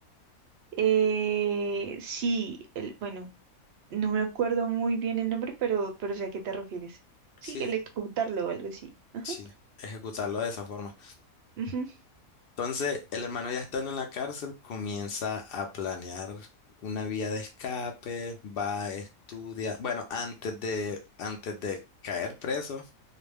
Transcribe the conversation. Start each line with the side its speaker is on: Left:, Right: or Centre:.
Right: eh, sí, el, bueno, no me acuerdo muy bien el nombre, pero, pero sé a qué te refieres. Sí,
Left: Sí,
Right: electrocutarlo o algo así. Ajá.
Left: sí, ejecutarlo de esa forma.
Right: Ujú,
Left: Entonces, el hermano ya estando en la cárcel comienza a planear una vía de escape, va a estudiar, bueno, antes de, antes de caer preso